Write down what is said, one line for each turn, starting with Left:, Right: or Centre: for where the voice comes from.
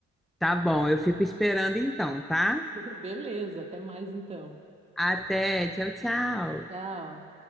Centre: Tá bom, eu fico esperando então, tá?
Right: <laughs> Beleza, até mais então.
Centre: Até, tchau, tchau.
Right: Tchau.